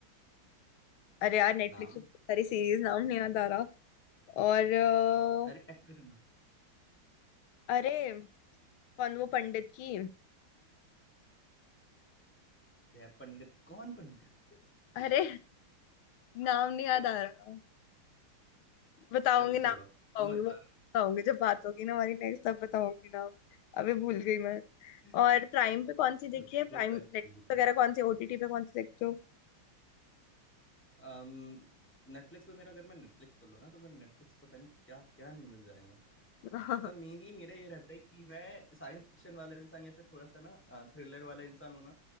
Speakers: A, on the left (about 85°); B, in the centre.
A: अरे यार नेटफ्लिक्स
B: नाम
A: पे बहुत सारी सीरीज नाम नहीं याद आ रहा और अ,
B: अरे एक्टर का नाम
A: अरे कौन वो पंडित की
B: अरे यार पंडित कौन पंडित
A: अरे नाम नहीं याद
B: <laughs>
A: आ रहा बताऊंगी
B: चलो
A: नाम
B: छोड़ो
A: बताऊंगी
B: मैं बता
A: वो
B: रहा
A: बताऊंगी जब बात होगी ना हमारी नेक्स्ट तब बताऊंगी नाम अभी भूल गई मैं
B: हूँ
A: और प्राइम पे कौन
B: <laughs>
A: सी देखी
B: बहुत
A: है प्राइम
B: सारी
A: नेटफ्लिक्स
B: चीजें होती
A: वगैरह
B: हैं।
A: कौन सी ओटीटी पे कौन सी देखते हो
B: अम्म नेटफ्लिक्स पे मेरा अगर मैं नेटफ्लिक्स खोलूँ ना तो मेरा नेटफ्लिक्स पता नहीं क्या क्या नहीं मिल जाएगा
A: <laughs> हम्म,
B: मेनली मेरा ये रहता है कि मैं साइंस फिक्शन वाला इंसान या फिर थोड़ा सा ना थ्रिलर वाला इंसान हूँ ना